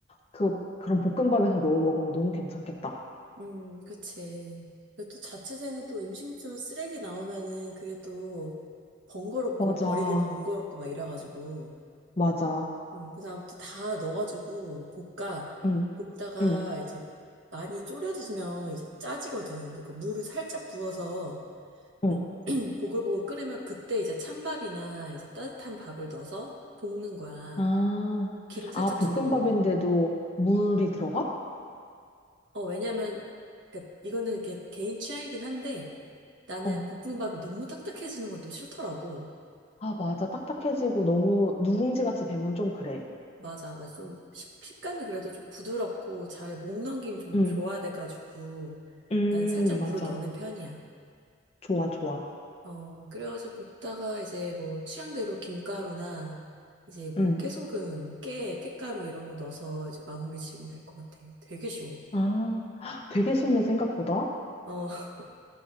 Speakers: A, on the left; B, on the right.
A: 그 그런 볶음밥에서 넣어 먹으면 너무 괜찮겠다.
B: 음, 그치. 그리고 또 자취생은 또 음식물 쓰레기 나오면은 그게 또 번거롭고
A: 맞아.
B: 버리기 번거롭고 막 이래가지고.
A: 맞아.
B: 음, 그래서 아무튼 다 넣어가지고 볶아.
A: 응,
B: 볶다가
A: 응,
B: 이제 많이 졸여지면 이제 짜지거든. 그러니까 물을 살짝 부어서
A: 응.
B: <clears throat> 보글보글 끓으면 그때 이제 찬밥이나 이제 따뜻한 밥을 넣어서 볶는 거야.
A: 아,
B: 기름 살짝
A: 아, 볶음밥인데도
B: 두르고.
A: 물이 들어가?
B: 어, 왜냐면, 그니까 이거는 이렇게 개인 취향이긴 한데, 나는
A: 어.
B: 볶음밥이 너무 딱딱해지는 건 또 싫더라고.
A: 아, 맞아. 딱딱해지고 너무 누룽지 같이 되면 좀 그래.
B: 맞아. 그래서 좀 식, 식감이 그래도 좀 부드럽고 잘 목 넘김이 좀
A: 음,
B: 좋아야 돼가지고
A: 음,
B: 나는 살짝
A: 맞아.
B: 물을 넣는 편이야.
A: 좋아, 좋아.
B: 어, 그래가지고 볶다가 이제 뭐 취향대로 김가루나 이제 뭐
A: 음.
B: 깨소금, 깨, 깻가루 이런 거 넣어서 이제 마무리 지으면 될 것 같아. 되게 쉬워.
A: 아, 헉, 되게 쉽네, 생각보다.
B: 어, <laughs>